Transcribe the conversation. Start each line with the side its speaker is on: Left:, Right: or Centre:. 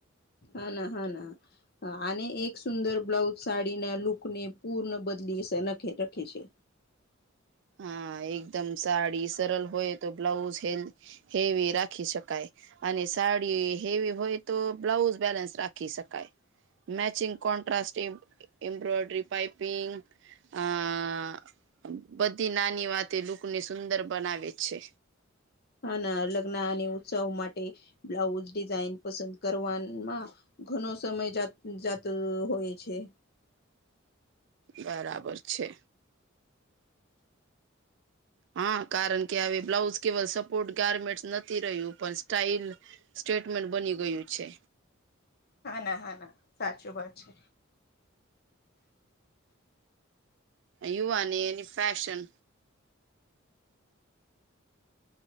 Left: હા ના હા ના. હ અને એક સુંદર બ્લાઉઝ સાડીના લૂકને પૂર્ણ બદલીખ રખે છે
Right: હા એકદમ સાડી સરળ હોય તો બ્લાઉઝ હે હેવી રાખી શકાય. અને સાડી હેવી હોય તો બ્લાઉઝ બેલેન્સ રાખી શકાય મેચિંગ કોન્ટ્રાસ એમ્બ્રોયડરી પાઇપિંગ આ. બધી નાની વાતે લૂકને સુંદર બનાવે છે.
Left: હ ના લગ્ન અને ઉત્સવ માટે બ્લાઉઝ ડિઝઇન પસંદ કરવામાં ઘનો સમય જાત જાત હોય છે.
Right: બરાબર છે. હા કારણ કે આવી બ્લાઉઝ કેવલ સપોર્ટ ગારમેન્ટસ નથી રહ્યું પણ સ્ટાઈલ સ્ટેટમેન્ટ બની ગયું છે
Left: હા ના હા ના સાચું વાત છે.
Right: યુવાને એની ફેશન